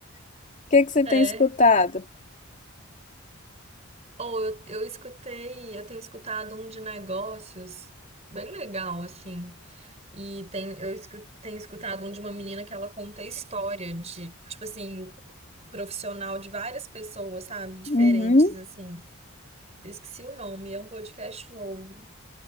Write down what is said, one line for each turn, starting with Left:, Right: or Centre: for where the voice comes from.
Left: O que que você
Right: É.
Left: tem escutado?
Right: Ou eu, eu escutei, eu tenho escutado um de negócios, bem legal, assim. E tem, eu escu, tenho escutado um de uma menina que ela conta a história de, tipo assim, profissional de várias pessoas, sabe? Diferentes,
Left: Uhum.
Right: assim. Eu esqueci o nome, é um podcast novo.